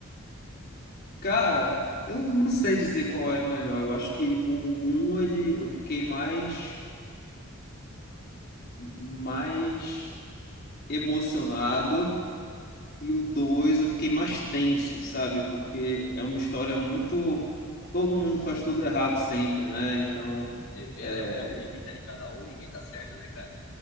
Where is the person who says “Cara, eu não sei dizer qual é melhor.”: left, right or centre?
Left